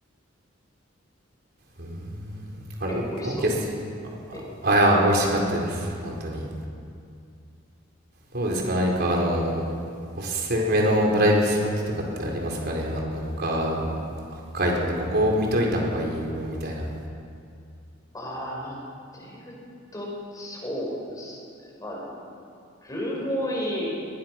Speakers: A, on the right; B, on the left.
A: うん、あれ、
B: 結構美味しそうですね。
A: お、オーケーっす。
B: ええ。
A: あ、いや、美味しかったです。本当に。どうですか、何か、あの、おすすめのドライブスポットとかってありますかね。あの、他、北海道でここ見といた方がいいよみたいな。
B: ああ、まあ、っていうと、そうですね。まあ、ルモイ